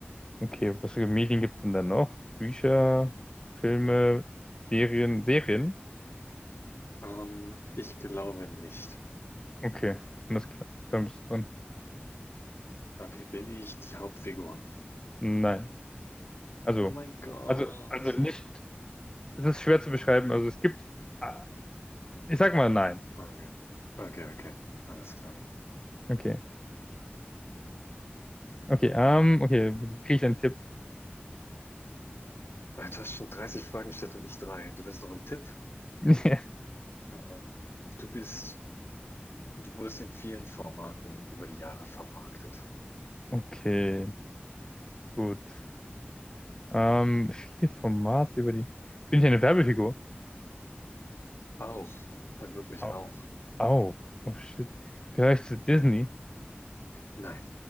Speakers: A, on the left; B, on the left.
A: Okay, was für Medien gibt es denn da noch? Bücher, Filme, Serien, Serien?
B: Ähm, ich glaube nicht.
A: Okay, alles klar. Dann bist du dran.
B: Okay, bin ich die Hauptfigur?
A: Nein. Also,
B: Oh mein Gott.
A: also, also nicht, es ist schwer zu beschreiben. Also es gibt, ah, ich sag mal nein.
B: Okay. Okay, okay. Alles klar.
A: Okay. Okay, ähm, okay, kriege ich einen Tipp?
B: Äh, Du hast schon dreißig Fragen gestellt und ich drei. Du willst noch einen Tipp?
A: <laughs>
B: Ähm, du bist, du wurdest in vielen Formaten über die Jahre vermarktet.
A: Okay, gut. Ähm, viele Formate über die. Bin ich eine Werbefigur?
B: Auch, halt wirklich
A: Au-
B: auch.
A: Auch. Oh shit. Gehöre ich zu Disney?
B: Nein.